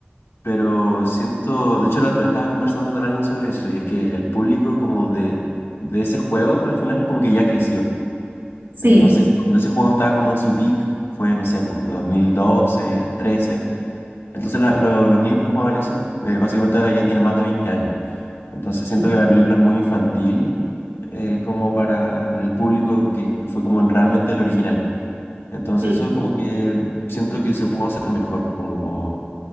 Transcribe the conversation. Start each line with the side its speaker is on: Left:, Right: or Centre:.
Left: Pero siento, de hecho la otra vez estaba conversando con alguien sobre eso y es que el público como de, de ese juego al final como que ya creció.
Right: Sí,
Left: Entonces cuando ese juego estaba como en su peak fue, no sé, pues 2012, 13. Entonces la- lo- los niños que jugaban eso eh, básicamente ahora ya tienen más de 20 años. Entonces siento
Right: sí,
Left: que la película es muy infantil eh, como para el público que fue como el- realmente el original. Entonces
Right: sí,
Left: eso es
Right: sí,
Left: como que siento que se pudo hacer mejor, como